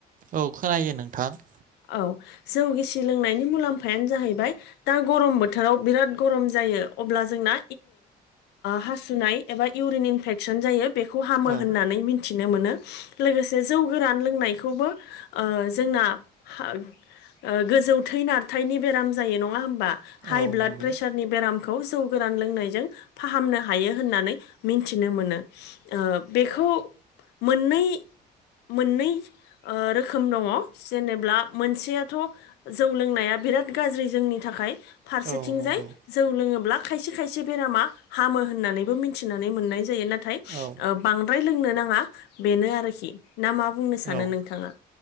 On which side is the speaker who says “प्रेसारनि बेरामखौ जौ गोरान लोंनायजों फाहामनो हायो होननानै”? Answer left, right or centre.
Left